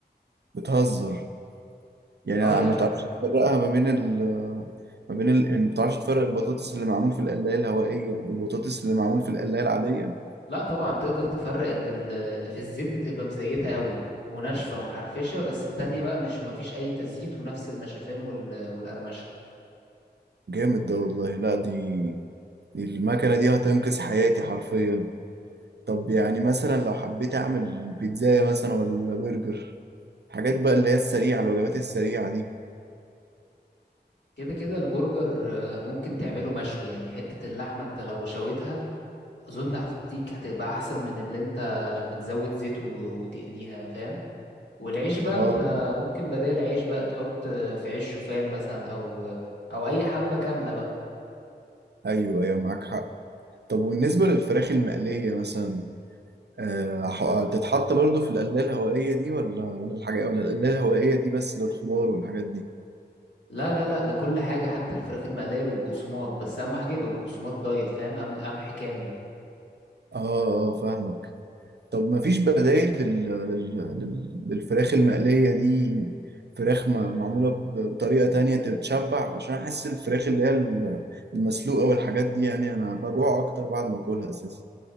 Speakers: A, on the right (about 70°); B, on the left (about 90°).
A: بتهزر يعني
B: اه
A: أنا
B: يا
A: ما
B: عم
A: تعرفش تفرقها ما بين ال... ما بين ال... يعني ما تعرفش تفرق البطاطس اللي معمول في القلاية الهوائية والبطاطس اللي معمول في القلاية العادية
B: لا طبعا تقدر تفرق ان ال- اللي في الزيت بتبقى مزيته قوي وناشفه ومحرفشه بس التانية بقى مش مفيش اي تزييت ونفس النشفان وال- والقرمشه
A: جامد ده والله لا دي دي المكنة دي هتنقذ حياتي حرفيا طب يعني مثلا لو حبيت اعمل بيتزاية مثلا ولا برجر حاجات بقى اللي هي السريعة الوجبات السريعة دي
B: كده كده البرجر آه، ممكن تعمله مشوي يعني حته اللحمه انت لو شويتها اظن هتديك هتبقى احسن من اللي انت لما تزود زيت و- وتقليها فاهم والعيش بقى
A: اه
B: انت ممكن بدال عيش بقى تحط آه، في عيش شوفان مثلا او او اي حبه كامله بقى
A: ايوه ايوه معاك حق طب وبالنسبة للفراخ المقلية مثلا آه، هح- هتتحط برضو في القلاية الهوائية دي ولا ولا الحاجة ولا القلاية الهوائية دي بس للخضار والحاجات دي
B: لا لا لا لكل حاجة حتى الفراخ المقلية بالبقسماط بس أهم حاجة يبقى بقسماط دايت فاهم قبل قمح كامل
A: اه اه فاهمك طب ما فيش بدائل لل... لل... لل... للفراخ المقلية دي فراخ ما... معمولة ب... بطريقة تانية تتشبع عشان أحس الفراخ اللي هي ال- المسلوقة والحاجات دي يعني أنا بجوع أكتر بعد ما أكلها أساسا